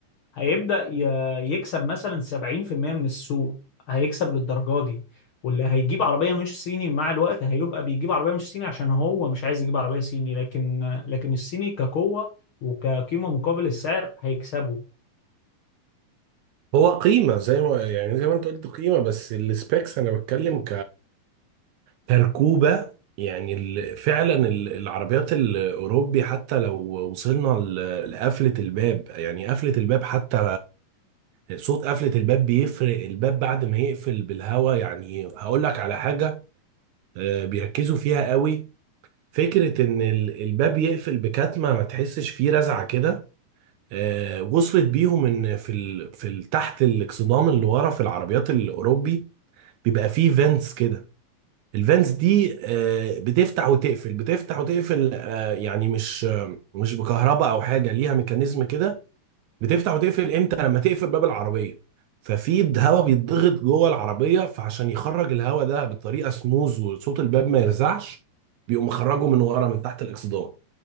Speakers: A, on the left; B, on the right.
A: هيبدا ي- يكسب مثلا 70% من السوق هيكسب للدرجه دي واللي هيجيب عربيه مش صيني مع الوقت هيبقى بيجيب عربيه مش صيني عشان هو مش عايز يجيب عربيه صيني لكن لكن الصيني كقوه وكقيمه مقابل السعر هيكسبوا
B: هو قيمه زي ما يعني زي ما انت قلت قيمه بس السبيكس انا بتكلم كتركوبه يعني ال- فعلا ال- العربيات الاوروبي حتى لو وصلنا ل- لقفله الباب يعني قفله الباب حتى صوت قفلة الباب بيفرق الباب بعد ما يقفل بالهوا يعني هقول لك على حاجة آه، بيركزوا فيها قوي فكرة ان ال- الباب يقفل بكتمة ما تحسش فيه رزعة كده آه، وصلت بيهم ان في ال... في ال- تحت الاكسدام اللي ورا في العربيات الاوروبي بيبقى فيه فانتس كده الفانتس دي آه، بتفتح وتقفل بتفتح وتقفل آه، يعني مش آه، مش بكهرباء او حاجة ليها ميكانيزم كده بتفتح وتقفل امتى لما تقفل باب العربيه ففي هواء بيتضغط جوه العربيه فعشان يخرج الهواء ده بطريقه سموز وصوت الباب ما يرزعش بيقوم مخرجه من ورا من تحت الاكسدام